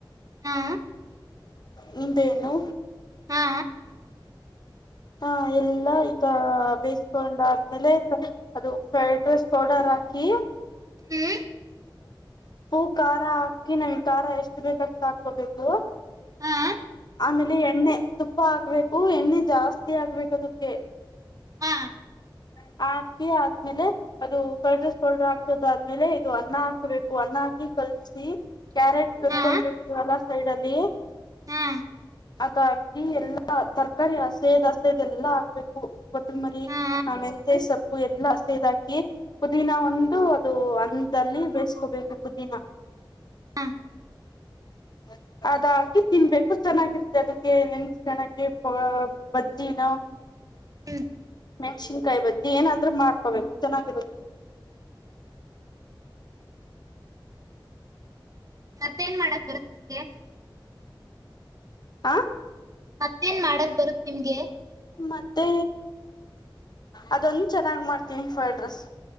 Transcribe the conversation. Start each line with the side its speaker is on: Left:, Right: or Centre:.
Right: ಹಾ
Left: ನಿಂಬೆಹಣ್ಣು
Right: ಹಾ
Left: ಹಾ ಎಲ್ಲ ಈಗ ಬೇಯಿಸಕೊಂಡಾದ್ಮೇಲೆ ಅದು ಫ್ರೈಡ್ ರೈಸ್ ಪೌಡರ್ ಹಾಕಿ
Right: ಹ್ಮ್
Left: ಹೂ ಖಾರ ಹಾಕಿ ನಮಗ್ ಖಾರ ಎಷ್ಟು ಬೇಕಷ್ಟು ಹಾಕೋಬೇಕು
Right: ಹಾ
Left: ಆಮೇಲೆ ಎಣ್ಣೆ ತುಪ್ಪ ಹಾಕ್ಬೇಕು ಎಣ್ಣೆ ಜಾಸ್ತಿ ಹಾಕ್ಬೇಕು ಅದಕ್ಕೆ
Right: ಹಾ
Left: ಹ ಹಾಕಿ ಆದ್ಮೇಲೆ ಅದು ಫೈಡ್ರೈಸ್ ಪೌಡರ್ ಹಾಕದಾದ್ಮೇಲೆ ಇದು ಅನ್ನ ಹಾಕ್ಬೇಕು ಅನ್ನ ಹಾ ಕಲ್ಸಿ ಕ್ಯಾರೆಟ್ ಕರ್ಕೊಂಡಿರ್ತೀವಲ್ಲ
Right: ಹಾ
Left: ಸೈಡ್ ಅಲ್ಲಿ
Right: ಹಾ
Left: ಅದ ಹಾಕಿ ಎಲ್ಲಾ ತರಕಾರಿ ಹಸೇದ್ ಹಸೇದ್ ಎಲ್ಲಾ ಹಾಕ್ಬೇಕು ಕೊತ್ತಂಬರಿ
Right: ಹಾ
Left: ಆಮ ಗೆ ಸೊಪ್ಪು ಎಲ್ಲ ಸೇದಾಕಿ ಪುದೀನ ಒಂದು ಅದು ಅಂದಲ್ಲಿ ಬೇಯಸ್ಕೋಬೇಕು ಪುದೀನ
Right: ಹಾ
Left: ಹ ಅದ ಹಾಕಿ ತಿನ್ಬೇಕು ಚೆನ್ನಾಗಿರುತ್ತೆ ಅದಕ್ಕೆ ನೆನ್ಸ್ಕಣಕ್ಕೆ ಬಜ್ಜಿನೋ
Right: ಹ್ಮ್
Left: ಮೆಣಸಿನಕಾಯಿ ಬಜೀ ಏನಾದ್ರರು ಮಾಡ್ಕೋಬೇಕು ಚೆನ್ನಾಗಿರುತ್ತೆ
Right: ಮತ್ತೇನ್ ಮಾಡಕ್ ಬರುತ್ ನಿಮ್ಗೆ <unintelligible>
Left: ಹ
Right: ಮತ್ತೇನ್ ಮಾಡಕ್ ಬರುತ್ ನಿಮಗೆ
Left: ಮತ್ತೆ ಅದೊಂದು ಚೆನ್ನಾಗಿ ಮಾಡ್ತೀನಿ ಫ್ರೈಡ್ ರೈಸ್